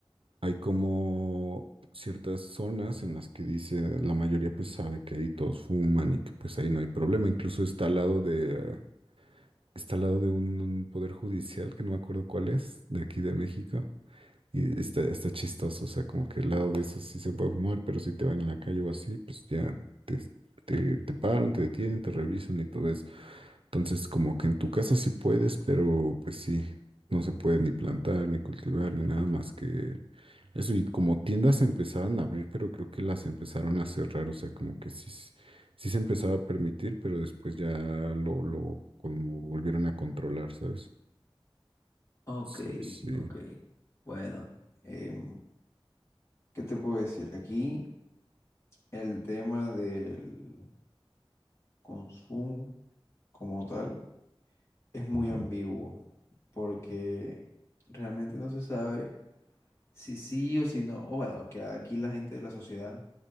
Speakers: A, on the right (about 70°); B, on the left (about 30°).
A: hay como ciertas zonas en las que dice, la mayoría pues sabe que ahí todos fuman y que pues ahí no hay problema. Incluso está al lado de, está al lado de un, un poder judicial, que no me acuerdo cuál es, de aquí de México. Y está, está chistoso, o sea, como que el lado de eso sí se puede fumar, pero si te van en la calle o así, pues ya te, te, te paran, te detienen, te revisan y todo eso. Entonces, como que en tu casa sí puedes, pero pues sí, no se puede ni plantar, ni cultivar, ni nada más que eso. Y como tiendas se empezaron a abrir, pero creo que las empezaron a cerrar, o sea, como que sí, s- sí se empezaba a permitir, pero después ya lo, lo como volvieron a controlar, ¿sabes?
B: Ok,
A: Sí, sí.
B: ok. Bueno, em, ¿qué te puedo decir? Aquí... El tema del consumo como tal es muy
A: Ujú,
B: ambiguo porque realmente no se sabe si sí o si no. O bueno, que aquí la gente de la sociedad